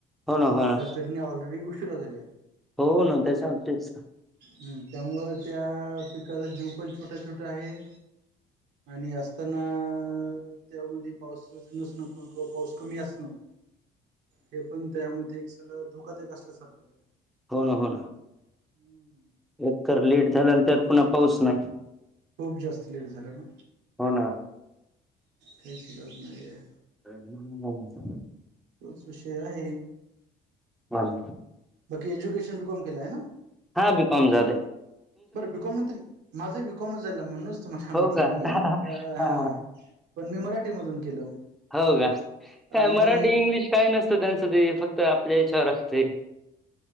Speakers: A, in the centre; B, on the right.
A: हो ना, हो ना.
B: त्या पेरण्या ऑलरेडी उशिरा झाल्या.
A: हो न त्याच्या तेच
B: हम्म, त्यामुळ त्या पिकाचा जीव पण छोटा छोटा आहे. आणि असताना त्यामध्ये पावसाच नसण, पण किंवा पाऊस कमी असण ते पण त्यामध्ये एक सगळ धोकादायक असल्यासारखच आहे.
A: हो ना हो ना
B: हम्म
A: एक तर लेट झाल न त्यात पुन्हा पाऊस नाही.
B: खूप जास्त लेट झाल ना.
A: हो ना.
B: काहीच इलाज नाहीये.
A: <unintelligible>
B: तोच विषय आहे.
A: वाल
B: बाकी, एज्युकेशन बी कॉम केल आहे हे ना.
A: हा, बी कॉम झालय.
B: बर बी कॉम नंतर, माझही बी कॉमच झालेल आहे. म्हणूनच तुम्हाला
A: हो
B: म्हटल
A: का?
B: मी की ह
A: हा
B: पण मी मराठी मधून केलं.
A: हो का काय
B: आणि
A: मराठी इंग्लिश काही नसतं त्यांचं ते फक्त आपल्या याच्यावर असतं.